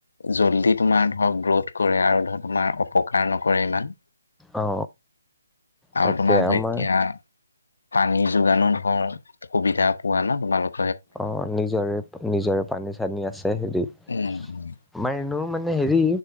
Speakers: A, on the left; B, in the centre.
A: জল্দি তোমাৰ ধৰক গ্ৰথ কৰে, আৰু ধৰ তোমাৰ অপকাৰ নকৰে ইমান।
B: অ
A: আৰু
B: তাকে
A: তোমাৰ ঢেকীয়া
B: আমাৰ
A: পানী যোগানত ধৰ, সুবিধা পোৱা ন, তোমালোক
B: অ, নিজৰে, নিজৰে পানী-চানী আছে হেৰি আমাৰ
A: উম উম
B: এনেও, মানে হেৰি